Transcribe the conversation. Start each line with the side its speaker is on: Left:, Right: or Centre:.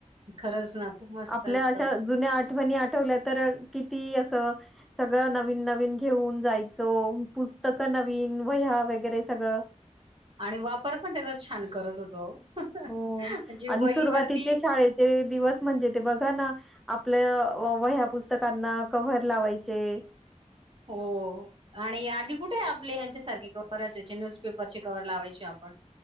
Right: खरंच ना खूप मस्त
Centre: आपल्या
Right: असतं.
Centre: अशा जुण्या नी आठवल्या तर किती अस सगळं नवीन नवीन घेऊन जायच पुस्तक नवीन वह्या वगैरे सगळं
Right: आणि वापर पण त्याचा छान करत होतो
Centre: हो
Right: म्हणजे
Centre: आणि
Right: वहीवरती
Centre: सुरुवातीचे शाळेचे दिवस म्हणजे ते बघा ना आपल्या व ह्या पुस्तकांना कव्हर लावायचे
Right: हो आणि आधी कुठे आपले ह्यांच्यासारखे कव असायचे न्यूजपेपरचे कववर लावायचे आपण